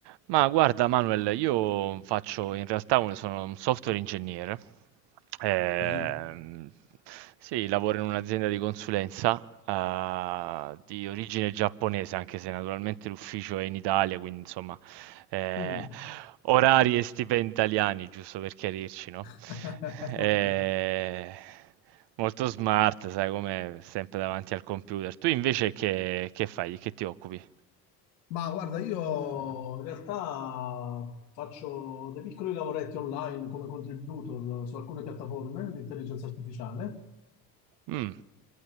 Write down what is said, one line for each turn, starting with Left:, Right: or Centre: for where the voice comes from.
Right: Ma guarda Manuel, io faccio in realtà un, sono un software ingegnere. Ehm,
Left: Bello.
Right: sì, lavoro in un'azienda di consulenza eh, di origine giapponese, anche se naturalmente l'ufficio è in Italia, quindi insomma eh,
Left: Mm.
Right: orari e stipendi italiani, giusto per chiarirci, no?
Left: <laughs>
Right: Eh,
Left: Vabbè.
Right: molto smart, sai come sempre davanti al computer. Tu invece che, che fai? Di che ti occupi?
Left: Ma guarda, io in realtà faccio dei piccoli lavoretti online come contributor su alcune piattaforme di intelligenza artificiale
Right: Mm.